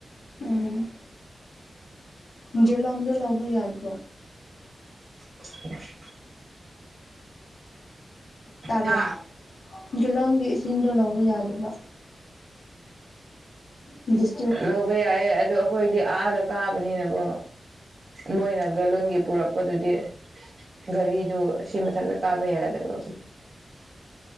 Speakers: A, on the left; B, on the right.
A: ꯎꯝ ꯖꯤ ꯂꯣꯟꯗꯨ ꯂꯧꯕ ꯌꯥꯗ꯭ꯔꯣ
B: <inaudible>
A: ꯇꯥꯕ꯭ꯔꯥ
B: ꯍꯥ
A: ꯖꯨꯂꯣꯟꯒꯤ ꯏꯁꯤꯡꯗꯣ ꯂꯧꯕ ꯌꯥꯗꯕ ꯗꯤꯁ
B: ꯂꯧꯕ ꯌꯥꯏꯌꯦ ꯑꯗꯨ ꯑꯩꯈꯣꯏꯗꯤ ꯑꯥꯗ ꯀꯥꯕꯅꯤꯅꯀꯣ ꯃꯣꯏꯅ ꯕꯦꯂꯨꯟꯒꯤ ꯄꯨꯔꯛꯄꯗꯨꯗꯤ ꯒꯥꯔꯤꯗꯨ ꯑꯁꯤ ꯃꯊꯛꯇ ꯀꯥꯕ ꯌꯥꯗꯕ